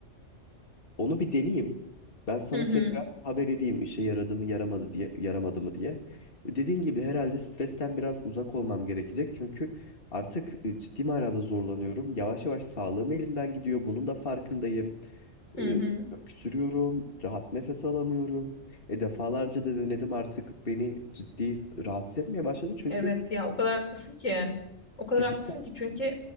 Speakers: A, on the left (about 45°); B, on the left (about 85°).
A: Onu bir deneyeyim. Ben sana
B: Hı hı
A: tekrar haber edeyim işe yaradı mı yaramadı diye yaramadı mı diye. Dediğin gibi herhalde stresten biraz uzak olmam gerekecek. Çünkü artık e, ciddi manada zorlanıyorum. Yavaş yavaş sağlığım elimden gidiyor. Bunun da farkındayım.
B: hı
A: E,
B: hı.
A: öksürüyorum, rahat nefes alamıyorum. E, defalarca da denedim artık beni ciddi rahatsız etmeye başladı. Çünkü
B: Evet ya o kadar haklısın ki. O kadar
A: kişisel
B: haklısın ki çünkü